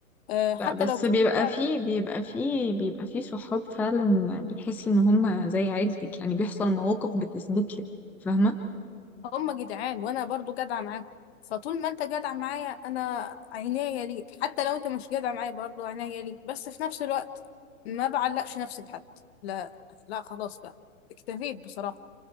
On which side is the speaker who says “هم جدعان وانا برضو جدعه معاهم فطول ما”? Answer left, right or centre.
Left